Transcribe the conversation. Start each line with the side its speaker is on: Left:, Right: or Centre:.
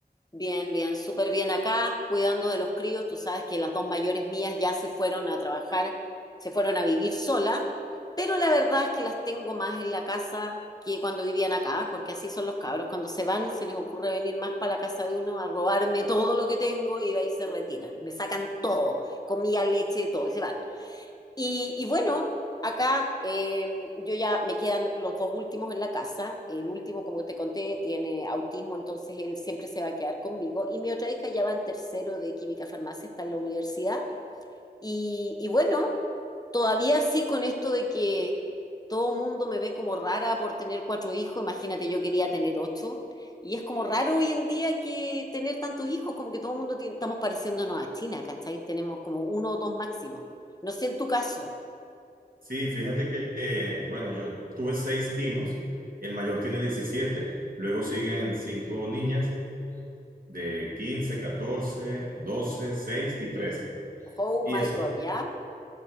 Left: Bien, bien, súper bien acá, cuidando de los críos. Tú sabes que las dos mayores mías ya se fueron a trabajar, se fueron a vivir sola, pero la verdad es que las tengo más en la casa que cuando vivían acá, porque así son los cabros. Cuando se van, se les ocurre venir más para la casa de uno a robarme todo lo que tengo y de ahí se retiran. Me sacan todo, comida, leche, todo, y se van. Y, y bueno, acá eh, yo ya me quedan los dos últimos en la casa. El último, como te conté, tiene autismo, entonces él siempre se va a quedar conmigo. Y mi otra hija ya va en tercero de química farmacia, está en la universidad. Y, y bueno, todavía sí con esto de que todo mundo me ve como rara por tener cuatro hijos. Imagínate, yo quería tener ocho. Y es como raro hoy en día que tener tantos hijos, como que todo el mundo tiene- estamos pareciéndonos a China, ¿cachai? Tenemos como uno o dos máximo No sé en tu caso.
Right: Sí, fíjate que, eh, bueno, yo tuve seis hijos, el mayor tiene 17. luego siguen cinco niñas de 15, 14, 12, 6 y 3.
Left: Oh
Right: Y
Left: my
Right: eso,
Left: God, ¿ya?